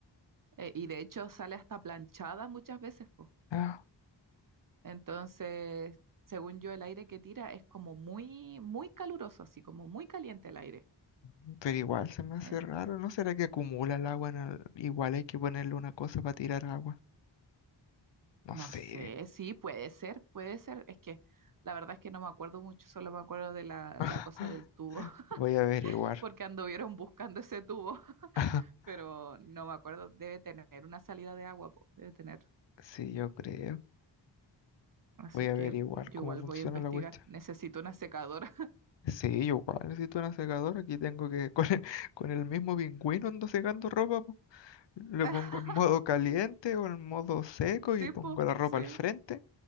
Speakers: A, on the right; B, on the left.
A: Eh, y de hecho sale hasta planchada muchas veces, po.
B: Ah,
A: Entonces, según yo, el aire que tira es como muy, muy caluroso, así como muy caliente el aire.
B: mm, pero igual se me hace
A: Eh,
B: raro, ¿no será que acumula el agua en el- Igual hay que ponerle una cosa para tirar agua. No
A: no
B: sé.
A: sé, sí, puede ser, puede ser. Es que la verdad es que no me acuerdo mucho, solo me acuerdo de la,
B: <laughs>
A: la cosa del tubo,
B: Voy a averiguar.
A: <laughs> porque anduvieron buscando ese tubo, <laughs>
B: <laughs>
A: pero no me acuerdo. Debe tener una salida de agua, po, debe tener.
B: Sí, yo creo.
A: Así
B: Voy a averiguar
A: que yo
B: cómo
A: igual
B: funciona
A: voy a investigar.
B: la cuestión.
A: Necesito una secadora.
B: Sí, yo igual necesito una secadora. Aquí tengo que, <laughs> con el, con el mismo pingüino ando secando ropa. po. Lo
A: <laughs>
B: pongo en modo caliente o en modo seco
A: Sí,
B: y pongo
A: po,
B: la ropa
A: sí,
B: al frente